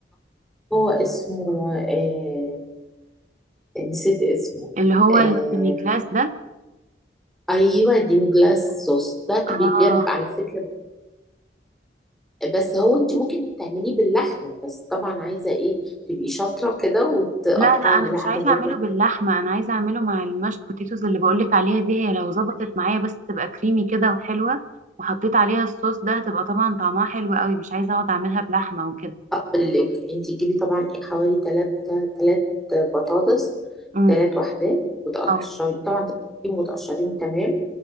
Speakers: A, in the centre; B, on the right (about 45°).
A: هو اسمه آه نسيت اسمه
B: اللي هو
A: آه
B: السيمي جلاس ده
A: ايوه ديمي جلاس صوص ده
B: اه
A: بيتجاب على فكره بس هو انت ممكن تعمليه باللحمه بس طبعا عايزه ايه تبقي شاطره كده وتقطعي
B: لا لا انا
A: اللحمه
B: مش عايزه
A: برضه
B: اعمله باللحمه انا عايزه اعمله مع المشت بوتيتوز اللي بقولك عليها دي هي لو ظبطت معايا بس تبقى كريمي كده وحلوه وحطيت عليها الصوص ده هتبقى طبعا طعمها حلو قوي مش عايزه اقعد اعملها بلحمه وكده
A: هقول لك انت تجيبي طبعا ايه حوالي تلات تلات بطاطس
B: امم
A: تلات وحدات وتقشري
B: اه
A: طبعا تقشريهم وتقشريهم تمام